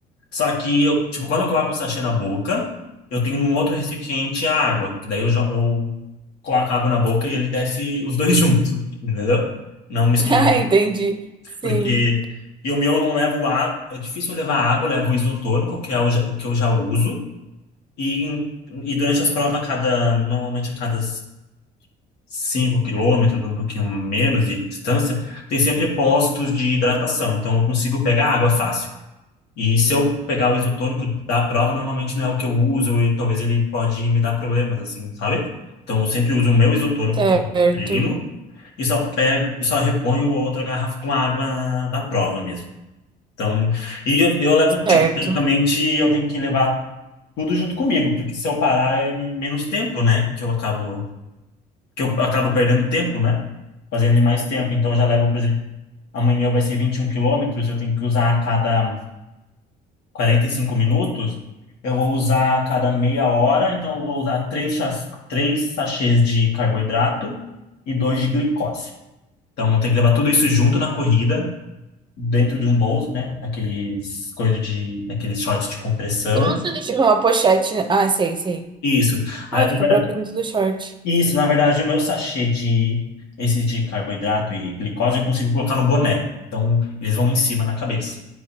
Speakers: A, on the left (about 80°); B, on the right (about 30°).
A: Só que eu, tipo, quando eu coloco o sachê na boca, eu tenho num outro recipiente a água, que daí eu, jo- eu coloco a água na boca e ele desce os dois <laughs> juntos, entendeu? Não mistura,
B: <laughs> Ah, entendi. Sim.
A: porque e o meu eu não levo água, é difícil eu levar água, eu levo o isotônico, que é o, ja- o que eu já uso, e, em- e durante as provas, a cada, normalmente a cada 5 quilômetros, um pouquinho menos de distância, tem sempre postos de hidratação. Então, eu consigo pegar água fácil. E se eu pegar o isotônico da prova, normalmente não é o que eu uso e talvez ele pode me dar problemas, assim, sabe? Então, eu sempre uso o meu isotônico
B: Certo.
A: que eu treino e só pego, e só reponho outra garrafa com água da prova mesmo. Então, e eu, eu levo, tipo,
B: Certo.
A: praticamente eu tenho que levar tudo junto comigo, porque se eu parar é menos tempo, né? Que eu acabo, que eu acabo perdendo tempo, né? fazendo em mais tempo. Então, eu já levo, por exemplo, amanhã vai ser 21 quilômetros, eu tenho que usar a cada 45 minutos, eu vou usar a cada meia hora, então eu vou usar três, chas- três sachês de carboidrato e dois de glicose. Então, tem que levar tudo isso junto na corrida, dentro de um bolso, né? Naqueles coisas de, naqueles shorts de compressão.
B: Nossa, Tipo eu. uma pochete. né? Ah, sei, sei.
A: Isso. Aí,
B: Ah, fica
A: na
B: próprio
A: verdade-
B: dentro do short.
A: Isso, na verdade, o meu sachê de esses de carboidrato e glicose eu consigo colocar no boné. Então, eles vão em cima na cabeça.